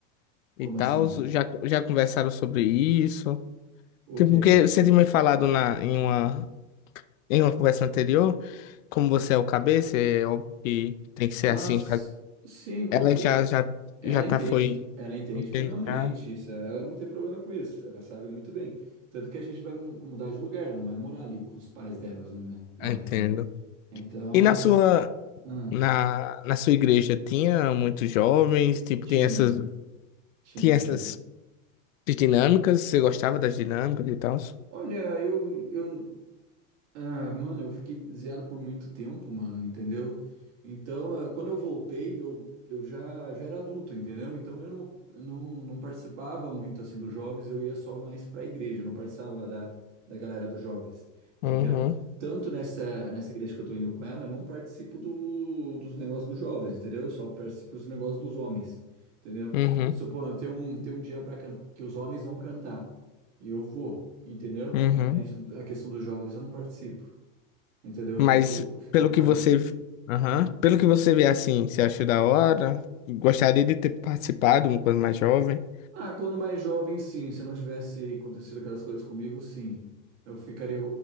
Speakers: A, on the right (about 65°); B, on the left (about 80°).
A: Como
B: e tal,
A: assim?
B: já, já conversaram sobre isso.
A: O
B: Tipo,
A: quê?
B: porque você tinha me falado na, em uma, em uma conversa anterior, como você é o cabeça, é óbvio que tem que ser
A: Ah,
B: assim,
A: s- sim, com
B: Ela
A: certeza.
B: já já
A: Ela
B: já tá
A: entende,
B: foi
A: ela entende
B: entende
A: plenamente
B: já
A: isso. Ela não tem problema com isso. Ela sabe muito bem. Tanto que a gente vai mu- mudar de lugar, não vai morar ali com os pais delas, né? né? Mais,
B: entendo.
A: né? Então
B: E na
A: vai.
B: sua
A: s- Ah,
B: na, na sua igreja tinha muitos jovens, tipo,
A: tinha,
B: tem essas
A: tinha,
B: tinha
A: tinha.
B: essas dinâmicas, você gostava das dinâmicas e tal?
A: Olha, eu, eu Ah, mano, eu fiquei zero por muito tempo, mano, entendeu? Então, ah, quando eu voltei, eu, eu já, já era adulto, entendeu? Então eu não, eu não, não participava muito assim dos jovens, eu ia só mais pra igreja, eu não participava da, da galera dos jovens, entendeu?
B: Uhum,
A: Tanto nessa, nessa igreja que eu tô indo com ela, eu não participo do, dos negócios dos jovens, entendeu? Eu só participo dos negócios dos homens, entendeu?
B: uhum,
A: Supondo, tem um, tem um dia para que os homens vão cantar, e eu vou, entendeu?
B: uhum.
A: Mas a questão dos jovens eu não participo. Entendeu?
B: Mas
A: Ficou, ficou
B: pelo
A: à parte.
B: que você, aham, Pelo que você vê assim, você achou da hora? Gostaria de ter participado quando mais jovem?
A: Ah, quando mais jovem, sim. Se não tivesse acontecido aquelas coisas comigo, sim. Eu ficaria,